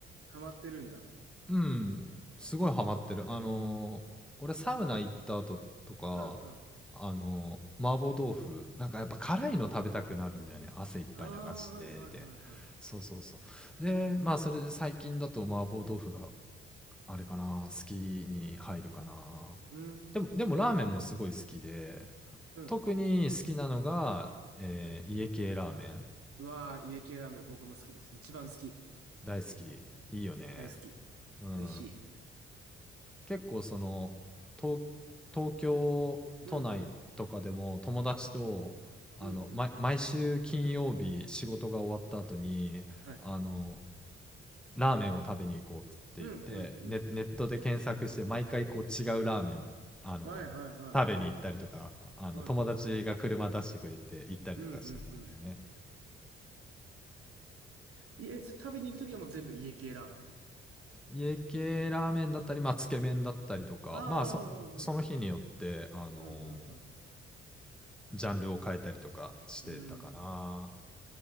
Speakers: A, on the right (about 50°); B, in the centre.
A: はまってるんだ。
B: うん、すごいハマってる。あのー、俺サウナ行った後とか、
A: うんうん。
B: あのー、麻婆豆腐、なんかやっぱ辛いの食べたくなるんだよね。汗いっぱい流してで。
A: ああ、はいはいはいはい。
B: そうそうそう。で、まあそれで最近だと麻婆豆腐があれかな、好きに入るかな。
A: うー
B: でも、でもラーメンもすごい好きで、
A: ん。うん。
B: 特に好きなのが、えー家系ラーメン。
A: はい。うわー、家系ラーメン僕も好きです。一番好き。
B: 大好き。いいよね。
A: 大好き。
B: うん。
A: 美味しい。
B: 結構その東東京都内とかでも友達とあの、
A: うんうん。うんうん。
B: ま、毎週金曜日仕事が終わった後にあの
A: はい。
B: ラーメンを食べに行こうって言ってネネットで検索して毎回こう違うラーメンあの
A: うんうんうん。はいはいは
B: 食べに行ったりとかあの友達が車出してくれて行ったりとかしてたんだよね。
A: い。はい。うんうんうん。いえ、そ食べに行くときはもう全部家系ラーメン
B: 家系ラーメンだったり、まあ、つけ麺だったりとかまあそその日によってあの
A: ああ、うんうんうんうん。うんうん
B: ジャンルを変えたりとかしてたかな。
A: うん。うん。